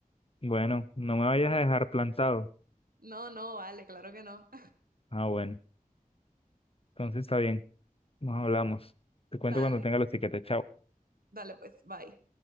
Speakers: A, on the left (about 40°); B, on the right (about 80°).
A: Bueno, no me vayas a dejar plantado.
B: No, no, vale, claro que no.
A: Ah, bueno, entonces está bien, nos hablamos. Te cuento
B: Dale,
A: cuando tenga los tiquetes, chao.
B: dale pues, bye.